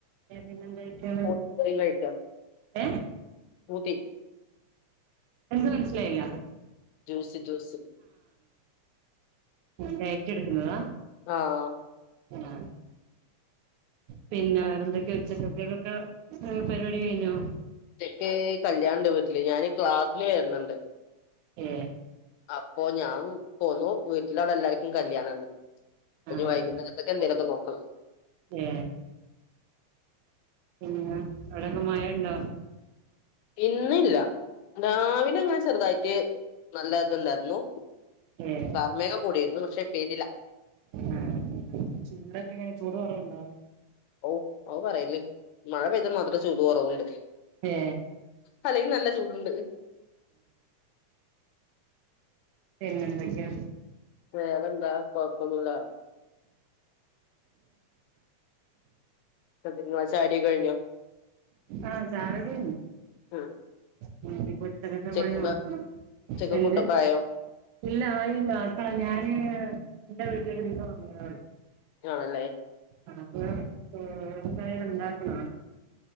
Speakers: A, on the right; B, on the left.
A: പിന്നെന്തൊക്കെയാണ്
B: <unintelligible> ച്ചോ?
A: ഏ
B: ഊതി.
A: എന്ത് മനസിലായില്ല.
B: Juice juice.
A: ഡെയ്‌റ്റ് യെടുക്കുന്നതാ.
B: ആ.
A: ആ പിന്നെ വേറെന്തൊക്കെ? <unintelligible> പരിപാടി കഴഞ്ഞോ?
B: ഉച്ചക്ക് കല്യാണണ്ട് വീട്ടില് ഞാന് ക്ലാസ്സിന് വരുന്നുണ്ട്
A: ഏ
B: അപ്പൊ ഞാൻ പോന്നു വീട്ടിലവിടെ എല്ലാർക്കും കല്യാണണ്ട് പ്പോ
A: ആഹ്
B: ഞ്ഞ് വൈകുന്നേരത്തൊക്കെ എന്തേങ്കലൊക്കെ നോക്കണം.
A: ഏ. പിന്നെ അവടക്കെ മഴണ്ടോ?
B: ഇന്നില്ല രാവിലെ ങ്ങെന്നെ ചെറുതായിട്ട് നല്ല ഇതുണ്ടായിരുന്നു.
A: ഏ
B: കാർമേഘം കൂടിയിരുന്നു പക്ഷെ പെയ്തില.
A: ആഹ് ചൂടൊക്കെ എങ്ങനെ ചൂട് കൊ റവുണ്ടോ?
B: ഓ അഅ് പറയല്ലിം മഴ പെയ്താൽ മാത്രം ചൂട് കൊറവുണ്ട്.
A: ഏ
B: അല്ലേലും നല്ല ചൂട്ണ്ട്.
A: പിന്നെന്തൊക്കെയാ?
B: വേറെന്താ കൊഴപ്പൊന്നുല്ലാ. <unintelligible> ങ്ങളെ ചയോടിയൊക്കെ കഴിഞ്ഞോ?
A: ആ ചായകുടി
B: ഉം
A: കഴിഞ്ഞു ഉച്ചക്കത്തെ
B: ഉച്ചക്കുള്ള
A: പണി നോക്കണം
B: ഉച്ചക്ക്
A: എന്ത്
B: ഫുഡൊക്കെ ആയോ
A: ഇല്ല ആയില്ല ആത്തണം ഞാന് എന്റെ വീട്ടിലേക്ക് ഇന്ന് വന്നതാണ്
B: ആണല്ലേ
A: അപ്പോ എന്തായാലുമുണ്ടാകണം